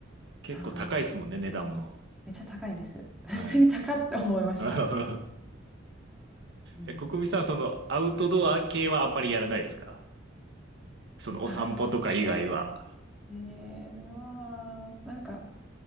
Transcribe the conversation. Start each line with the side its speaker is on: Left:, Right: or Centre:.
Right: 結構高いですもんね、
Centre: ああ、
Right: 値段も。
Centre: めっちゃ高いです。普通に高って思いました。
Right: はい。<laughs>
Centre: うん
Right: え、国民さん、その、アウトドア系はあんまりやらないですかその、お散歩とか以外は。
Centre: あとは、えー、まあなんか、